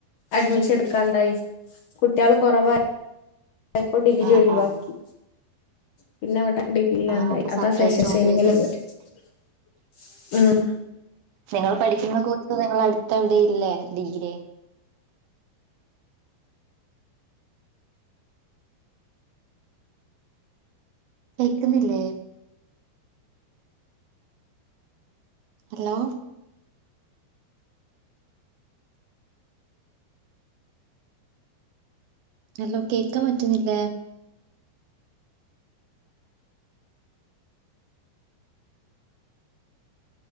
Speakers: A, on the left; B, on the right.
A: അഡ്മിഷൻ ഇടുക്കാണ്ടായി കുട്ട്യാള് കൊറവായി ല്ല ഇപ്പോ ഡിഗ്രി
B: ആഹ്
A: ഒയിവാക്കി
B: ആഹ്
A: പിന്നെവിടെ ഡിഗ്രിയിലാണ്ടായി
B: ആഹ് അപ്പൊ
A: അതാ
B: സെപ്പറേറ്റ്
A: ഫാഷൻ ഡിസൈനിങ്ങിന്
B: ഓൺലൈനില്
A: പോയി മ്
B: നിങ്ങൾ പഠിക്കുന്ന കോ നിങ്ങളടുത്തവിടെയില്ലേ ഡിഗ്രി കേക്കുന്നില്ലേ ഹലോ ഹലോ കേക്കാൻ പറ്റുന്നില്ലേ